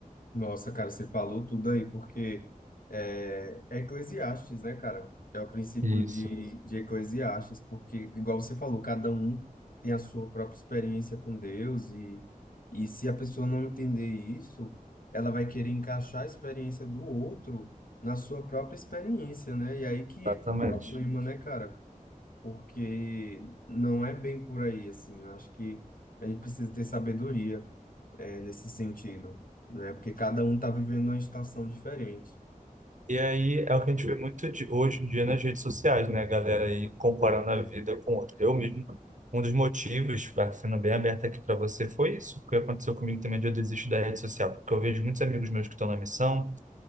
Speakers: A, on the left; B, on the right.
A: Nossa, cara, você falou tudo aí, porque é, é Eclesiastes, né, cara? É o princípio
B: Isso.
A: de, de Eclesiastes, porque, igual você falou, cada um tem a sua própria experiência com Deus, e, e se a pessoa não entender isso, ela vai querer encaixar a experiência do outro na sua própria experiência, né? E aí que
B: Exatamente.
A: entra o problema, né, cara? porque não é bem por aí, assim. Eu acho que a gente precisa ter sabedoria, é, nesse sentido, né? Porque cada um tá vivendo uma estação diferente.
B: E aí é o que a gente vê muito de- hoje em dia nas redes sociais, né? A galera aí comparando a vida com outra. Eu mesmo, um dos motivos, pra- sendo bem aberto aqui para você, foi isso que aconteceu comigo também de eu desistir da rede social. Porque eu vejo muitos amigos meus que estão na missão,